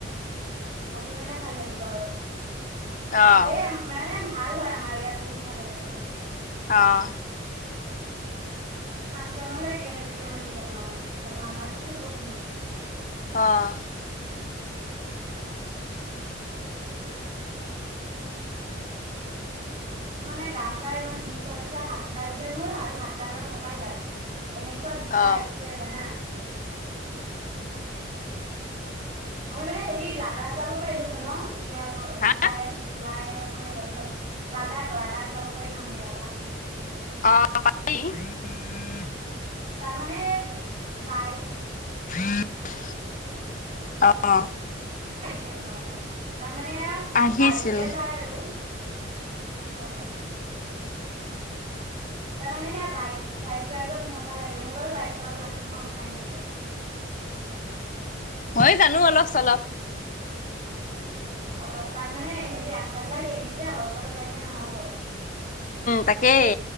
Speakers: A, on the right (about 35°); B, on the left (about 45°).
A: আজিও মানে ভাল লাগিব আৰু
B: অ',
A: ভালেই মানে ভাল, ভাল হয় আমাৰ ইয়াত বহুত ভাল হয়। অ,
B: অহ,
A: ফাঞ্চন হলে গেৰেণ্টিটো ইমান দিব নোৱাৰোঁ গে ভাওনাটো কিন্তু বহুত ধুনীয়া।
B: অহ,
A: মানে গা চা ইমান বিষ হৈছে হাতডাল যে মোৰ আৰু হাতডালৰ কঁকাল দাল, এনেকুৱা বিষাই
B: অ',
A: আছে জানা। <unintelligible> আমি মানে হেৰি লাডা যাব পাৰিলো হয় ন এতিয়া
B: হা
A: চলাই চোলাই মানে বন্ধ লাডাক লাডাক যাব পাৰিলো হ দেই লাডাক
B: অ ভ <unintelligible>
A: তাৰ মানে- বাইক-
B: উম <unintelligible> অ
A: ন <unintelligible> ত মানে
B: আহিছিল
A: বাইকেৰে যায় আৰু অ অ তাৰমানানে স বাইক বাইক ৰাইডত মজা লাগে মই বাৰু বাইক চলাব জানো আহ দা <unintelligible>
B: হয় জানো অলপ- চলপ।
A: অলপ তাৰ মানে হেৰি ৰাস্তাবলাক হেৰি যে, অলপ অলপ এনেনে <unintelligible> নহ'ব।
B: তাকেই